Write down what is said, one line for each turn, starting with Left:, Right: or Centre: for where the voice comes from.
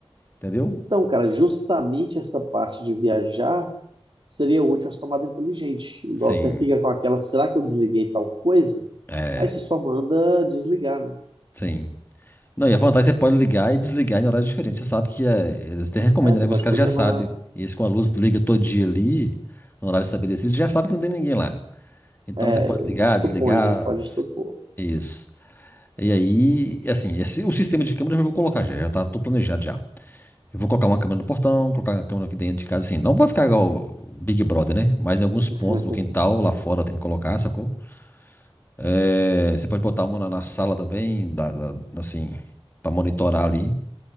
Left: Entendeu?
Right: Então, cara, justamente essa parte de viajar seria útil as tomadas inteligentes. Igual
Left: Sim,
Right: você fica com aquela, será que eu desliguei tal coisa?
Left: é,
Right: Aí você só manda desligar, né?
Left: sim. Não, e a vantagem é que você pode ligar e desligar em horários diferentes. Você sabe que é, eles até recomendam,
Right: É, você
Left: né? Que
Right: pode
Left: os caras
Right: programar.
Left: já sabem. E eles com a luz liga todo dia ali, no horário estabelecido, já sabe que não tem ninguém lá. Então
Right: É,
Left: você pode ligar,
Right: supõe,
Left: desligar,
Right: né? Pode supor.
Left: isso. E aí, assim, esse, o sistema de câmera eu já vou colocar já, já tá, tô planejado já. Eu vou colocar uma câmera no portão, colocar uma câmera aqui dentro de casa, assim. Não vai ficar igual o Big Brother, né? Mas em alguns pontos,
Right: <laughs>
Left: no quintal, lá fora, tem que colocar, sacou? É, você pode botar uma na, na sala também, da- da- assim, pra monitorar ali.